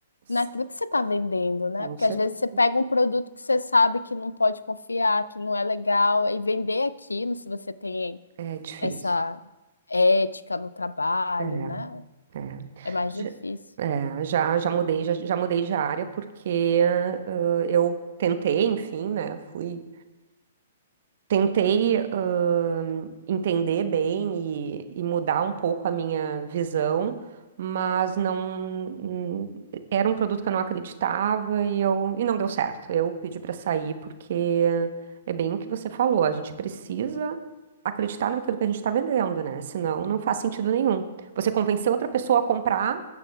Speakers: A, on the right; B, on the left.
A: S-
B: naquilo que você está vendendo, né?
A: Com
B: Porque
A: certeza.
B: às vezes você pega um produto que você sabe que não pode confiar, que não é legal, e vender aquilo, se você tem
A: É difícil.
B: essa ética no trabalho,
A: É,
B: né?
A: é.
B: É mais
A: Já,
B: difícil.
A: é, já, já mudei, já, já mudei de área porque ah, eu tentei, enfim, né? Fui Tentei, ãh, entender bem e, e mudar um pouco a minha visão, mas não hum, era um produto que eu não acreditava e eu e não deu certo. Eu pedi para sair porque é bem o que você falou, a gente precisa acreditar naquilo que a gente está vendendo, né? Senão não faz sentido nenhum. Você convencer outra pessoa a comprar